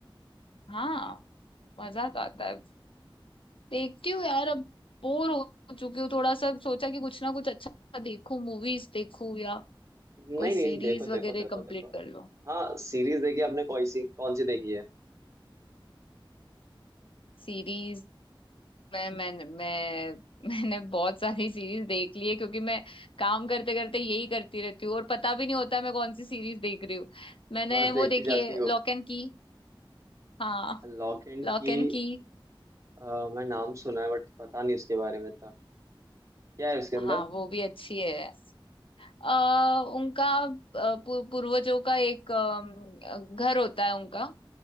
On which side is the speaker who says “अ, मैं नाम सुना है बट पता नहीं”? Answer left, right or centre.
Right